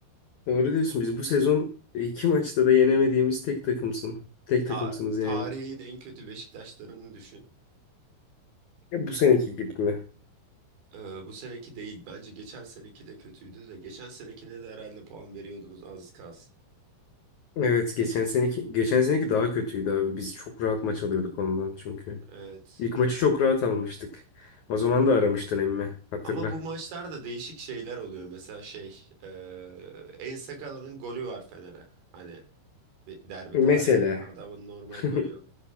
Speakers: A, on the left (about 80°); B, on the right (about 55°).
A: Doğru diyorsun. Biz bu sezon iki maçta da yenemediğimiz tek takımsın. Tek
B: ta-
A: takımsınız
B: tarihin
A: yani.
B: en kötü Beşiktaşlarını düşün.
A: E, bu seneki gibi mi?
B: Ee, bu seneki değil. Bence geçen seneki de kötüydü de. Geçen senekine de herhalde puan veriyordunuz az kalsın.
A: Evet geçen seneki geçen seneki daha kötüydü abi. Biz çok rahat maç alıyorduk ondan çünkü.
B: Evet.
A: İlk maçı çok rahat almıştık. O zaman da aramıştın emmi hatırla.
B: Ama bu maçlarda değişik şeyler oluyor. Mesela şey, eee En Sakala'nın golü var Fener'e. Hani bir derbi
A: Mesela.
B: tarihinde. Adamın normal
A: <laughs>
B: golü yok.